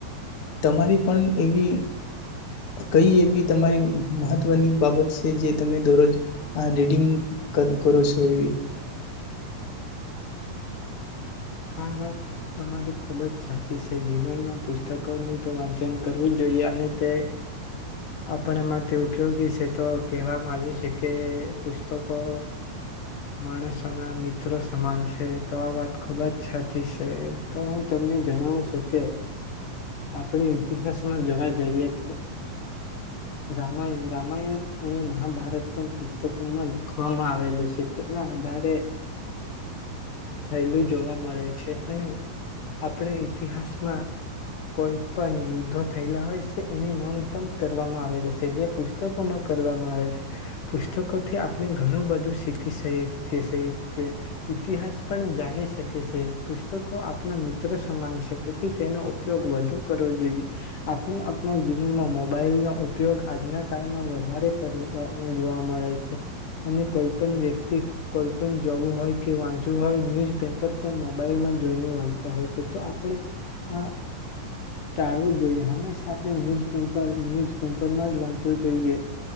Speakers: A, on the left (about 40°); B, on the left (about 60°).
A: તમારી પણ એવી કઈ એવી તમારી મહત્વની બાબત સે જે તમે દરરોજ આ રીડિંગ કર કરો સો એવી
B: હા વાત તમારી ખૂબ જ સાચી સે જીવનમાં પુસ્તકોનું તો વાચન કરવું જ જોઈએ અને તે આપણે માટે ઉપયોગી સે તો કહેવામાં આવ્યું સે કે પુસ્તકો માણસોના મિત્રો સમાન સે તો આ વાત ખૂબ જ તો હું તમને જણાવું સુ કે આપણે ઇતિહાસમાં જોવા જઈએ તો રામાયણ રામાયણ અને મહાભારત પણ પુસ્તકોમાં લખવામાં આવેલું સે તેના આધારે થયેલું જોવા મળ છે અને આપણે ઈતિહાસમાં કોઈ પણ યુદ્ધો થયેલા હોય સે એની નોંધ પણ કરવામાં આવેલ સે જે પુસ્તકોમાં કરવામાં આવેલ સે પુસ્તકોથી આપણે ઘણું બધું શીખી શકીએ કે ઈતિહાસ પણ જાણી શકીએ પુસ્તકો આપણા મિત્ર સમાન સે તેથી તેનો ઉપયોગ વધુ કરવો જોઈએ આપણે આપણા જીવનમાં મોબાઈલનો ઉપયોગ આજના કાળમાં વધારે જોવા મળે છે અને કોઈ પણ વ્યક્તિ કોઈ પણ જવું હોય કે વાંચવું હોય ન્યુઝપેપર મોબાઈલમાં જોઈને વાંચતા હોય છે તો આપણે આ ટાળવું જોઈએ હંમેશા આપણે ન્યૂઝેપ ન્યુઝ પેપરમાં જ વાંચવું જોઈએ